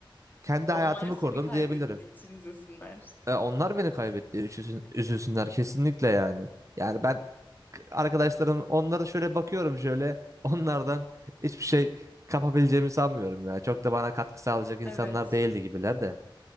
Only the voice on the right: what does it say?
kendi hayatımı
kurdum
diyebilirim.
E, onlar beni kaybetti. Üzülsün, üzülsünler kesinlikle yani. Yani ben k- arkadaşlarım onlara şöyle bakıyorum şöyle <laughs> onlardan hiçbir şey kapabileceğimi sanmıyorum ya. Çok da bana katkı sağlayacak insanlar
değildi gibiler de.